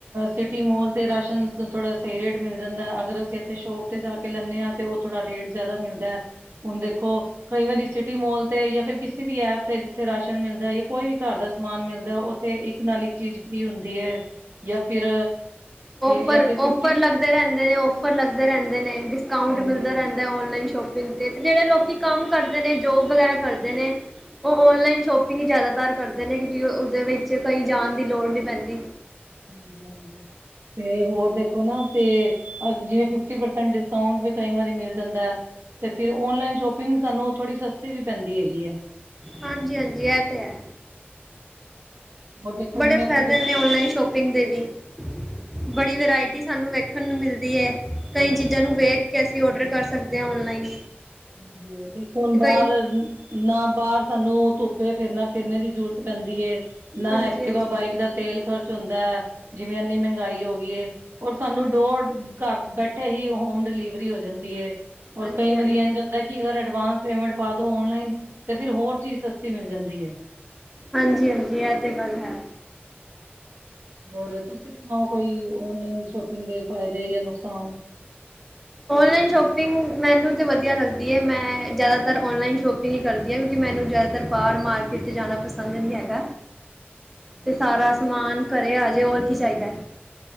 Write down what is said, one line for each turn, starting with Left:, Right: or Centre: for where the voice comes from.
Right: ਸਿਟੀ ਮੋਲ ਤੇ ਰਾਸ਼ਨ ਥੋੜਾ ਸਹੀ ਰੇਟ ਮਿਲ ਜਾਂਦਾ ਅਗਰ ਅਸੀਂ ਇੱਥੇ ਸ਼ੋਪ ਤੇ ਜਾ ਲੈਂਦੇ ਹਾਂ ਤੇ ਉਹ ਥੋੜ੍ਹਾ ਰੇਟ ਜਿਆਦਾ ਮਿਲਦਾ ਹੁਣ ਦੇਖੋ ਕਈ ਵਾਰੀ ਸਿਟੀ ਮੋਲ ਤੇ ਜਾਂ ਫਿਰ ਕਿਸੇ ਵੀ ਐਪ ਤੇ ਜਿੱਥੇ ਰਾਸ਼ਨ ਮਿਲਦਾ, ਜਾਂ ਕੋਈ ਵੀ ਘਰ ਦਾ ਸਮਾਨ ਮਿਲਦਾ ਉ ਤੇ ਇੱਕ ਨਾਲ ਇੱਕ ਚੀਜ਼ ਵੀ ਫ੍ਰੀ ਹੁੰਦੀ ਹੈ ਜਾਂ ਫਿਰ
Centre: ਓਫਰ
Right: ਜਾਂ ਫਿਰ ਫਿਫਟੀ
Centre: ਓਫਰ ਲੱਗਦੇ ਰਹਿੰਦੇ ਨੇ ਓਫਰ ਲੱਗਦੇ ਰਹਿੰਦੇ ਨੇ ਡਿਸਕਾਊਟ
Right: ਹਾਂਜੀ
Centre: ਮਿਲਦਾ ਰਹਿਣ ਔਨਲਾਈਨ ਸ਼ੋਪਿੰਗ ਤੇ ਜਿਹੜੇ ਲੋਕੀ
Right: ਹਾਂਜੀ
Centre: ਕੰਮ ਕਰਦੇ ਨੇ ਜੋਬ ਵਗੈਰਾ ਕਰਦੇ ਨੇ ਉਹ ਔਨਲਾਈਨ ਸ਼ੋਪਿੰਗ ਹੀ ਜ਼ਿਆਦਾਤਰ ਕਰਦੇ ਨੇ ਕਿਉਂਕਿ ਉਹਦੇ ਵਿੱਚ ਕਈ ਜਾਣ ਦੀ ਲੋੜ ਨਹੀਂ ਪੈਂਦੀ।
Right: ਹਾਂਜੀ, ਹਾਂਜੀ ਤੇ ਹੋਰ ਦੇਖੋ ਨਾ ਤੇ ਜਿਵੇਂ ਫਿਫਟੀ ਪਰਸੈਂਟ ਡਿਸਕਾਟ ਵੀ ਕਈ ਵਾਰੀ ਮਿਲ ਜਾਂਦਾ ਏ ਤੇ ਫਿਰ ਔਨਲਾਈਨ ਸ਼ੋਪਿੰਗ ਸਾਨੂੰ ਥੋੜੀ ਸਸਤੀ ਵੀ ਪੈਂਦੀ ਹੈਗੀ ਏ।
Centre: ਹਾਂਜੀ, ਹਾਂਜੀ ਇਹ ਤੇ ਹੈ,
Right: ਹੋਰ ਦੇਖੋ
Centre: ਬੜੇ
Right: ਜਿਵੇਂ ਆਪਾਂ
Centre: ਫਾਇਦੇ
Right: ਦੁ-
Centre: ਨੇ ਓਨਲਾਈਨ ਸ਼ੋਪਿੰਗ ਪਿੰਗ ਦੇ ਵੀ
Right: ਹਾਂਜੀ,
Centre: ਬੜੀ ਵਰਾਇਟੀ ਸਾਨੂੰ ਵੇਖਣ ਨੂੰ ਮਿਲਦੀ ਏ, ਕਈ
Right: ਹਾਂਜੀ।
Centre: ਚੀਜ਼ਾਂ ਨੂੰ ਵੇਖ ਕੇ ਅਸੀਂ ਔਡਰ ਕਰ ਸਕਦੇ ਆਂ ਔਨਲਾਈਨ
Right: ਹਾਂਜੀ, ਦੇਖੋ ਹੁਣ
Centre: ਤੇ
Right: ਬਾਹਰ
Centre: ਕਈ
Right: ਨਾ ਬਾਹਰ ਸਾਨੂੰ ਧੁੱਪੇ ਫਿਰਨਾ ਫਿਰਨੇ ਦੀ ਜ਼ਰੂਰਤ ਪੈਂਦੀ ਏ, ਨਾ
Centre: ਹਾਂਜੀ
Right: ਐਕਟਿਵਾ
Centre: ਹਾਂਜੀ
Right: ਬਾਇਕ
Centre: ਹਾਂਜੀ
Right: ਦਾ ਤੇਲ ਖਰਚ ਹੁੰਦਾ ਏ, ਜਿਵੇਂ ਇੰਨੀ ਮਹਿੰਗਾਈ ਹੋ ਗਈ ਏ ਔਰ ਸਾਨੂੰ ਡੋਰ ਘਰ ਬੈਠੇ ਹੀ ਹੋਮ ਡਿਲੀਵਰੀ ਹੋ ਜਾਂਦੀ ਏ ਔਰ
Centre: ਹਾਂਜੀ
Right: ਕਈ ਵਾਰੀ ਇੰਝ ਹੁੰਦਾ ਅਗਰ ਅਡਵਾਂਸ ਪੇਮੈਂਟ ਪਾ ਦੋ ਔਨਲਾਈਨ ਤੇ ਫਿਰ ਹੋਰ ਚੀਜ਼ ਸਸਤੀ ਮਿਲ ਜਾਂਦੀ ਏ।
Centre: ਹਾਂਜੀ, ਹਾਂਜੀ ਇਹ ਤੇ ਗੱਲ ਹੈ।
Right: ਹੋਰ ਤੁਸੀਂ ਸੁਣਾਓ ਕੋਈ ਓਨਲਾਈਨ ਸ਼ੋਪਿੰਗ ਦੇ ਫਾਇਦੇ ਜਾਂ ਨੁਕਸਾਨ।
Centre: ਔਨਲਾਈਨ ਸ਼ੋਪਿੰਗ ਮੈਨੂੰ ਤਾਂ ਵਧੀਆ ਲੱਗਦੀ ਏ ਮੈਂ ਜ਼ਿਆਦਾਤਰ ਔਨਲਾਈਨ ਸ਼ੋਪਿੰਗ ਹੀ ਕਰਦੀ ਆ ਕਿਉਂਕਿ ਮੈਨੂੰ ਜ਼ਿਆਦਾਤਰ ਬਾਹਰ ਮਾਰਕੀਟ ਚ ਜਾਣਾ ਪੰਸਦ ਨਹੀਂ ਹੈਗਾ।
Right: <unintelligible> ਹਾਂਜੀ
Centre: ਤੇ ਸਾਰਾ ਸਮਾਨ ਘਰੇ ਆਜੇ ਹੋਰ ਕੀ ਚਾਹੀਦਾ।